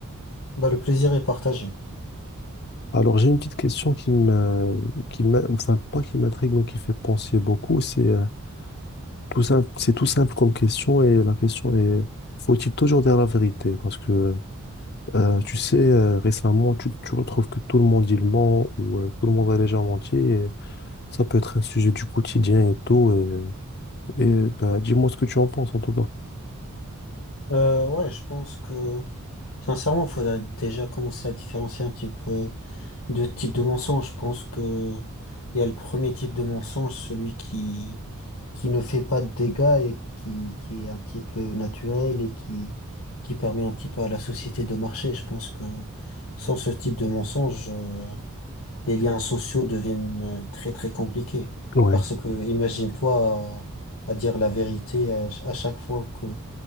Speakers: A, on the left (about 70°); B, on the left (about 50°).
A: Bah, le plaisir est partagé.
B: Alors, j'ai une petite question qui me, qui m'a- enfin, pas qui m'intrigue, mais qui fait penser beaucoup, c'est, euh, Tout simple, c'est tout simple comme question et la question est, faut-il toujours dire la vérité? Parce que euh, tu sais, euh, récemment, tu, tu retrouves que tout le monde il ment ou euh, tout le monde a déjà menti et ça peut être un sujet du quotidien et tout. Et, et bah, dis-moi ce que tu en penses en tout cas.
A: Euh, ouais, je pense que, sincèrement, il faudrait déjà commencer à différencier un petit peu deux types de mensonges. Je pense que il y a le premier type de mensonge, celui qui, qui ne fait pas de dégâts et qui, qui est un petit peu naturel et qui, qui permet un petit peu à la société de marcher. Je pense que sans ce type de mensonge, euh, les liens sociaux deviennent euh, très très compliqués.
B: Ouais,
A: Parce que imagine-toi à, à dire la vérité à, ch- à chaque fois que,